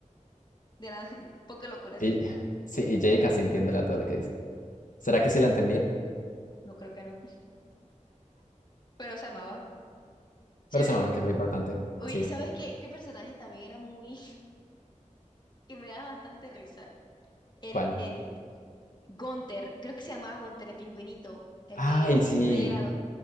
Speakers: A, on the left; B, on the left.
A: De la... <laughs> Poca locuras.
B: Y, <laughs> sí, y Jake casi entiéndela todo lo que dice. ¿Será que sí la entendía?
A: Yo creo que no. Pero se amaban. Chévere,
B: Pero se maman,
A: ¿no?
B: que es lo importante.
A: Oye,
B: Sí,
A: ¿sabes qué? ¿Qué personaje también era muy... <laughs> que me daba bastante risa? El,
B: ¿cuál?
A: el, Gunther, creo que se llamaba Gunther, el pingüinito, el
B: Ay,
A: de
B: sí.
A: Rey Helado.